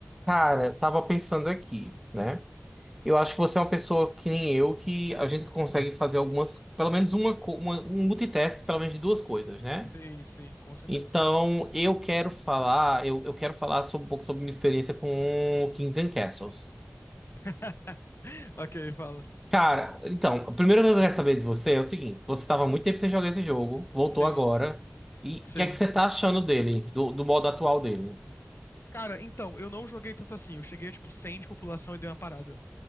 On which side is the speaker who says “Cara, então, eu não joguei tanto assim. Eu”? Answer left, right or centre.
Left